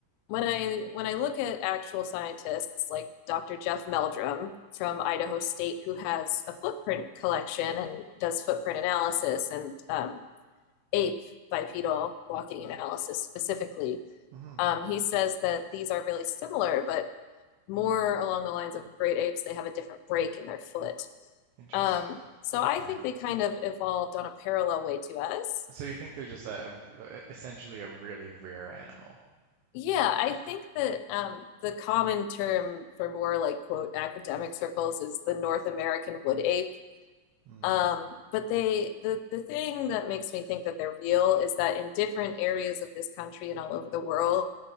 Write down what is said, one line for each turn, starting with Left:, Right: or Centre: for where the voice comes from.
Left: when I when I look at actual scientists like Dr. Jeff Meldrum from Idaho State, who has a footprint collection and does footprint analysis and um, ape bipedal walking analysis specifically,
Right: hmm
Left: um, he says that these are really similar, but more along the lines of great apes, they have a different break in their foot.
Right: Interesting.
Left: Um, so I
Right: Okay.
Left: think they kind of evolved on a parallel way to us.
Right: So you think they're just a, essentially a really rare animal?
Left: Yeah, I think that um, the common term for more like quote academic circles is the North American wood ape.
Right: Mm.
Left: Um, but they the the thing that makes me think that they're real is that in different areas of this country and all over the world,